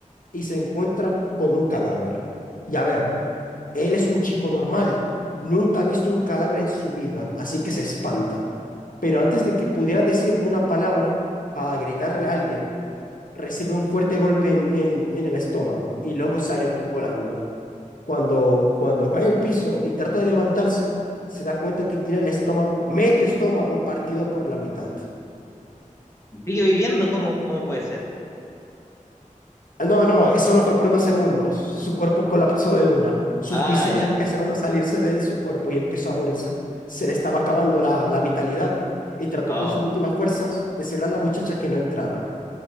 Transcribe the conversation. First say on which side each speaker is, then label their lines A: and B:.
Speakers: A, on the left (about 80°); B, on the left (about 20°).
A: y se encuentra con un cadáver. Y a ver, él es un chico normal, nunca ha visto un cadáver en su vida, así que se espanta. Pero antes de que pudiera decir una palabra para gritarle a alguien, recibe un fuerte golpe en, en- en el estómago y luego sale volando. Cuando, cuando cae al piso y trata de levantarse, se da cuenta que tiene el estómago, medio estómago partido por la mitad.
B: ¿Sigue viviendo? ¿Cómo, cómo puede ser?
A: No, no, eso no fue por unos segundos. Su cuerpo colapsó de una. Sus
B: Ah,
A: vísceras
B: ya.
A: empezaron a salirse de su cuerpo y empezó a morirse. Se le estaba acabando la, la vitalidad y trató
B: Oh,
A: con sus últimas fuerzas de decirle a la muchacha que no entrara.